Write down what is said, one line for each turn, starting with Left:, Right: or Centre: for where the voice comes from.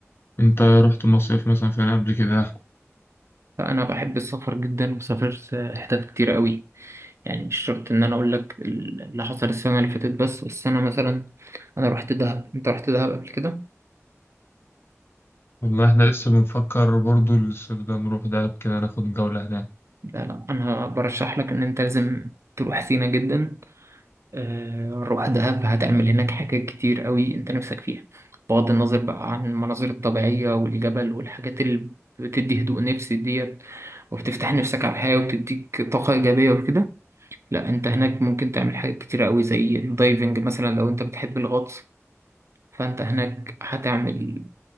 Left: أنت رحت مصيف مثلا فين قبل كده؟
Right: فأنا بحب السفر جدا وسافرت آه، حتت كتير قوي يعني مش شرط إن أنا أقول لك ال- اللي حصل السنة اللي فاتت بس بس أنا مثلا أنا رحت دهب أنت رحت دهب قبل كده؟
Left: والله احنا لسه بنفكر برضو الصيف ده نروح دهب كده ناخد جولة هناك
Right: لا لا أنا برشح لك إن أنت لازم تروح سينا جدا آه، روح دهب هتعمل هناك حاجات كتير قوي انت نفسك فيها بغض النظر بقى عن المناظر الطبيعية والجبل والحاجات اللي بتدي هدوء نفسي ديت وبتفتح نفسك على الحياة وبتديك طاقة إيجابية وكده لا انت هناك ممكن تعمل حاجات كتير قوي زي الدايفنج مثلا لو انت بتحب الغطس فانت هناك هتعمل